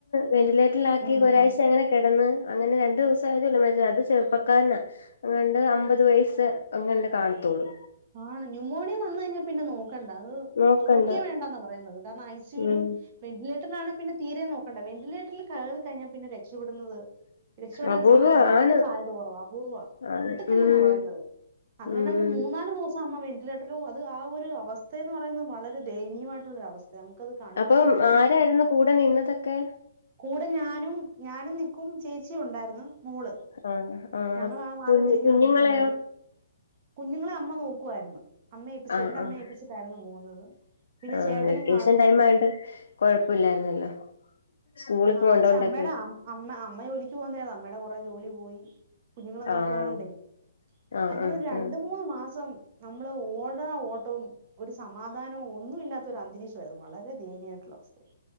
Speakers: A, on the left; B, on the right.
A: വെന്ററിലെറ്ററിൽ ക്കി
B: ഉം
A: ഒരാഴ്ച അങ്ങനെ കിടന്ന് അങ്ങനെ രണ്ടു ദിവസയൊള്ളു മരിച്ച അത് ചെറുപ്പക്കാരനാ അണ്ട് അമ്പത് വയസ്സ് അങ്ങണ്ട് കാണത്തുള്ളു
B: ആണ് ന്യൂമോണിയ വന്നു കഴിഞ്ഞാ പിന്നെ നോക്കണ്ട അത്
A: നോക്കണ്ട
B: നോക്കിയ വേണ്ടാന്ന പറയുന്നത് കാരണം ഐ സി യുവിലും
A: ഉം
B: വെന്റിലേറ്ററിലാണ് പിന്നെ തീരെ നോക്കണ്ട വെന്റിലേറ്ററിൽ കയറി കഴിഞ്ഞാൽ പിന്നെ രക്ഷപ്പെടുന്നത് രക്ഷപ്പെടൻ
A: അപൂർവം
B: സ വളരെ
A: ആണ്
B: സാധ്യത കുറവ് അപൂർവം
A: ആണ്
B: കിട്ടത്തില്ലെന്നാ
A: ഉം
B: പറയുന്നത് അങ്ങനെ
A: ഉം
B: ഒരു മൂന്ന് നാല് ദിവസം അമ്മ വെന്റിലേറ്റർ പോും അത് ആ ഒരു അവസ്ഥയന്ന് പറയുന്നത് വളരെ ദയനീയമായിട്ടുള്ളൊര അവസ്ഥ നമുക്കത് കണ്ട
A: അപ്പം
B: കഴിഞ്ഞാൽ തന്നെ
A: ആരായിരുന്നു കൂടെ നിന്നതൊക്കെ
B: കൂടെ ഞാനും ഞാനും നിക്കും ചേച്ചിഉണ്ടായിരുന്നു മോള്
A: ആഹ് ആഹ്
B: ഞങ്ങാ മാറി
A: കുഞ്ഞ്
B: തിരിഞ്ഞാ
A: കുഞ്ഞുങ്ങളെയോ
B: നിക്കുന്നത് കുഞ്ഞുങ്ങളെ അമ്മ നോക്കുവായിരുന്നു അമ്മയഏൽപ്പിച്ച
A: ആഹ്
B: എന്റെ അമ്മയ
A: ആഹ്
B: ഏൽപ്പിച്ചിട്ടായിരുന്നു പോകുന്നത് പിന്നെ
A: ആഹ്
B: ചേട്ടനും
A: വെക്കേഷൻ
B: കാണും
A: ടൈം ആണ്ട് കൊഴപ്പമില്ലായിരുന്നല്ലോ സ്കൂള
B: ആ
A: പോണ്ടോൊണ്ടൊക്കെ
B: പക്ഷെ അമ്മയുടെ അമ്മ അമ്മ ജോലിക്ക് പോകന്നതാ അമ്മയുടെ കൊറെ ജോലി പോയി കുഞ്ഞുങ്ങളെ നോക്കണോണ്ടേ
A: ആഹ് ആഹ്
B: അങ്ങനെ
A: ആഹ്
B: ഒരു രണ്ട
A: ആഹ്
B: മൂന്ന് മാസം നമ്മള് ഓട ഓട്ടവും ഒരു സമാധാനവും ഒന്നു ഇല്ലാത്തൊ ഒരു അന്തരീക്ഷരുന്നു വളരെ ദയനീമായിട്ടുള്ള അവസ്ഥയിൽ